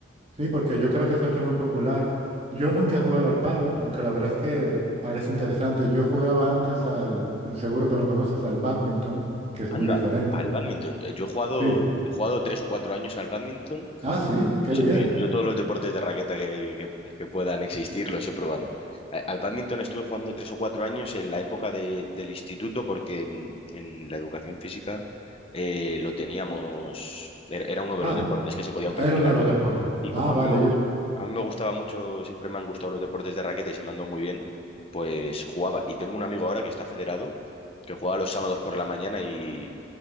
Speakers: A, on the right; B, on the left.
A: Sí, porque yo creo que se ha hecho muy popular. Yo nunca he jugado al pádel, aunque la verdad es que parece interesante. Yo jugaba antes al, seguro que lo conoces, al bádminton, que es
B: Anda,
A: muy diferente.
B: al bádminton. Yo he jugado,
A: Sí.
B: he jugado tres o cuatro años al bádminton
A: Ah, sí, qué
B: Sí,
A: bien.
B: bien, yo todos los deportes de raqueta que, que- que puedan existir los he probado. A- Al bádminton estuve jugando tres o cuatro años en la época de- del instituto porque mm, en la educación física eh, lo teníamos, era era uno de
A: Ah,
B: los deportes que se podían
A: era
B: practicar.
A: uno de los deportes.
B: Y
A: Ah,
B: como a
A: vale,
B: mí me gus-
A: yo,
B: a mí me gustaba mucho, siempre me han gustado los deportes de raqueta y se me han dado muy bien, pues jugaba. Y tengo un amigo ahora que está federado, que juega los sábados por la mañana y